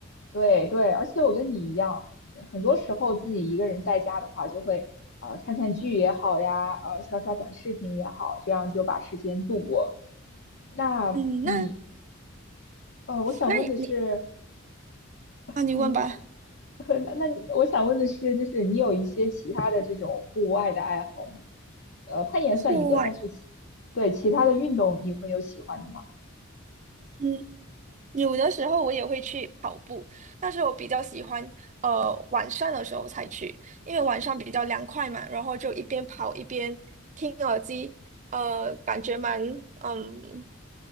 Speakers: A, on the left (about 55°); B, on the right (about 35°).
A: 对对，而且我跟你一样，很多时候自己一个人在家的话，就会呃看看剧也好呀，呃刷刷短视频也好，这样就把时间度过。那你
B: 嗯，那
A: 呃，我想问的是，
B: 那你你啊，
A: <laughs>
B: 你问吧。
A: <laughs> 那那你我想问的是，就是你有一些其他的这种户外的爱好吗？呃，攀岩算一个，
B: 户外，
A: 但是其对其他的运动你会有喜欢的吗？
B: 嗯，有的时候我也会去跑步，但是我比较喜欢呃晚上的时候才去，因为晚上比较凉快嘛，然后就一边跑一边听耳机，呃，感觉蛮嗯